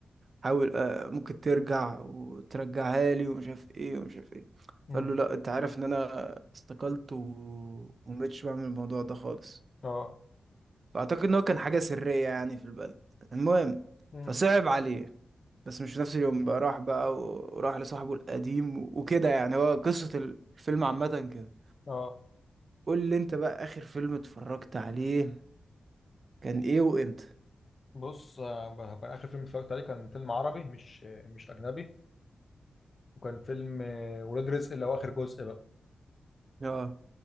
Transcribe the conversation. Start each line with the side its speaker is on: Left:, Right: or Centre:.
Right: حاول آه، ممكن ترجع وترجعها لي ومش عارف ايه ومش عارف ايه
Left: مم.
Right: فقال له لا انت عارف ان انا استقلت و... ومبقتش بعمل الموضوع ده خالص
Left: اه
Right: فاعتقد ان هو كان حاجة سرية يعني في البلد المهم
Left: مم.
Right: فصعب عليه بس مش في نفس اليوم بقى راح بقى و- وراح لصاحبه القديم و... وكده يعني هو قصة الفيلم عامة كده
Left: اه
Right: قول لي انت بقى اخر فيلم اتفرجت عليه كان ايه وامتى
Left: بص آه، كان اخر فيلم اتفرجت عليه كان فيلم عربي مش آه، مش اجنبي وكان فيلم آه، ولاد رزق اللي هو اخر جزء بقى
Right: اه